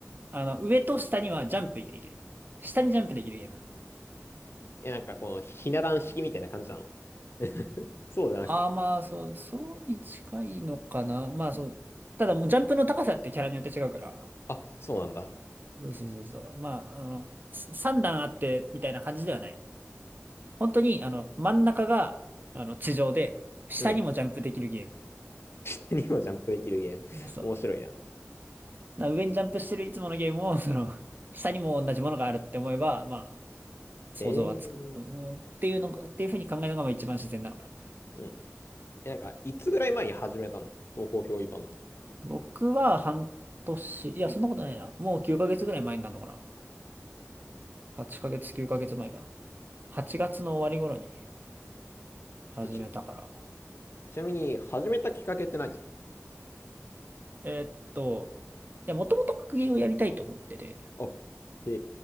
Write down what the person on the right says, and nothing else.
あの、上と下にはジャンプできる。下にジャンプできるゲーム。
ああ、まあ、そう、そうに近いのかな。まあ、そう。ただもうジャンプの高さってキャラによって違うから。
そうそうそうそう。まあ、あの、3段あって、みたいな感じではない。本当に、あの、真ん中が、あの、地上で、下にもジャンプできるゲー
ム。<laughs> そう。
な上にジャンプしてるいつものゲームを、その、下にも同じものがあるって思えば、まあ、想像はつく。
うんっていうのが、っていうふうに考えるのが、まあ一番自然なのかな。
僕は半年、いや、そんなことないな。もう9ヶ月ぐらい前になるのかな。8ヶ月、9ヶ月前かな。8月の終わり頃に始めたから。
えーっと、いや、もともと格ゲーをやりたいと思ってて。